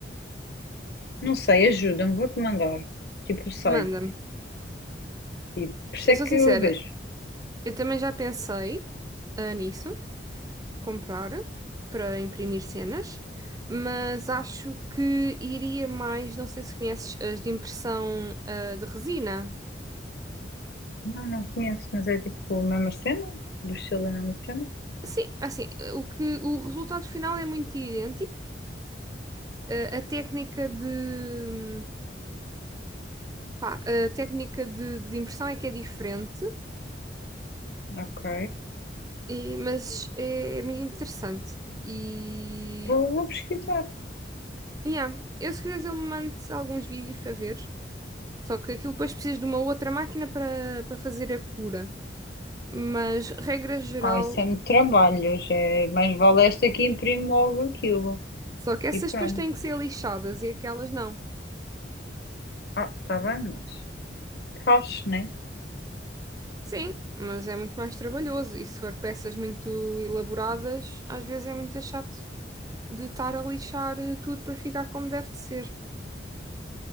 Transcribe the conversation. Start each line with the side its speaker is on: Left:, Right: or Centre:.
Left: Não sei, ajuda-me. Vou-te mandar. Tipo o site.
Right: Manda-me.
Left: Tipo, por isso
Right: Eu
Left: é
Right: sou
Left: que
Right: sincera,
Left: eu vejo.
Right: eu também já pensei ah, nisso. comprar para imprimir cenas, mas acho que iria mais, não sei se conheces as de impressão ah, de resina.
Left: Não, não conheço, mas é tipo a mesma cena? Do estilo da mesma cena?
Right: Sim, assim, o que o resultado final é muito idêntico. Ah, a técnica de pá, a técnica de, de impressão é que é diferente,
Left: Ok.
Right: e- mas é, é muito interessante. E
Left: Vou, vou pesquisar.
Right: yeah, eu se quiseres eu mando alguns vídeos para ver. Só que aquilo depois precisas de uma outra máquina para para fazer a cura. Mas, regra geral,
Left: Ah, isso é muito trabalho, já é... Mas vale esta que imprime logo aquilo.
Right: só que essas
Left: E pronto.
Right: depois têm que ser lixadas e aquelas não.
Left: Ah, está bem, mas fazes, né?
Right: Sim, mas é muito mais trabalhoso. E se for peças muito elaboradas, às vezes é muito chato de estar a lixar eh, tudo para ficar como deve de ser.